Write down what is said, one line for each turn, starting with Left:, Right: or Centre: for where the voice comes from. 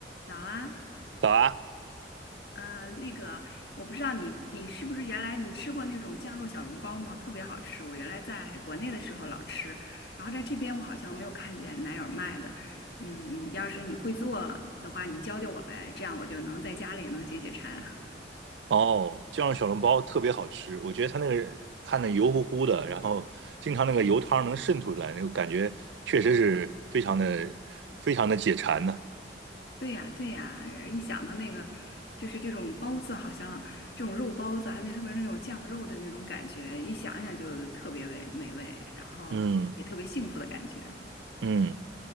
Left: 早啊，
Right: 早啊！
Left: 呃，那个，我不知道你你是不是原来你吃过那种酱肉小笼包吗？特别好吃，我原来在国内的时候老吃，然后在这边我好像没有看见哪有卖的。嗯，要是你会做的话，你教教我呗，这样我就能在家里也能解解馋。
Right: 哦，酱肉小笼包特别好吃，我觉得它那个看着油乎乎的，然后经常那个油汤能渗出来，那个感觉确实是非常的、非常的解馋呢、
Left: <laughs> 对呀，对呀，呃一想到那个，就是这种包子，好像这种肉包子，还有那特别是那种酱肉的那种感觉，一想一想就特别美美味，然后也特别幸福的感觉。
Right: 嗯嗯，